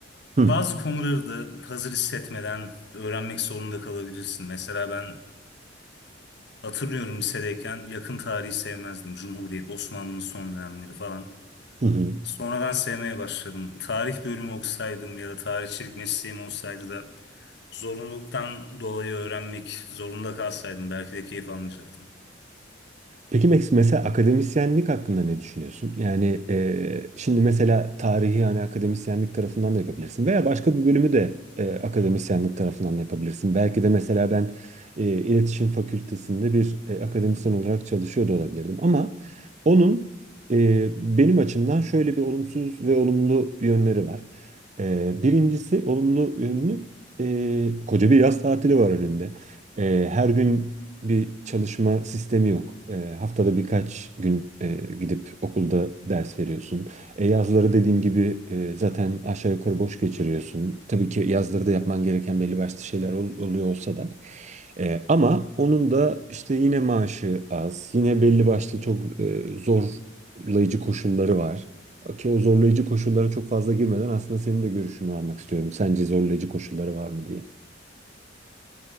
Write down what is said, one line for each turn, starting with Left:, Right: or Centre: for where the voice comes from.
Right: Hı.
Left: Bazı konuları da hazır hissetmeden öğrenmek zorunda kalabilirsin. Mesela ben hatırlıyorum lisedeyken yakın tarihi sevmezdim. Cumhuriyet, Osmanlı'nın son dönemleri falan.
Right: Hı hı.
Left: Sonradan sevmeye başladım. Tarih bölümü okusaydım ya da tarihçilik mesleğim olsaydı da zorunluluktan dolayı öğrenmek zorunda kalsaydım belki de keyif almayacaktım.
Right: Peki Max, mesela akademisyenlik hakkında ne düşünüyorsun? Yani e, şimdi mesela tarihi yani akademisyenlik tarafından da yapabilirsin veya başka bir bölümü de e, akademisyenlik tarafından da yapabilirsin. Belki de mesela ben e, iletişim fakültesinde bir e, akademisyen olarak çalışıyor da olabilirdim ama onun e, benim açımdan şöyle bir olumsuz ve olumlu yönleri var. E, birincisi olumlu yönü e, koca bir yaz tatili var önünde. E, her gün bir çalışma sistemi yok. E, haftada birkaç gün e, gidip okulda ders veriyorsun. E, yazları dediğim gibi e, zaten aşağı yukarı boş geçiriyorsun. Tabii ki yazları da yapman gereken belli başlı şeyler ol- oluyor olsa da. E, ama onun da işte yine maaşı az, yine belli başlı çok e, zorlayıcı koşulları var. Ki o zorlayıcı koşullara çok fazla girmeden aslında senin de görüşünü almak istiyorum. Sence zorlayıcı koşulları var mı diye.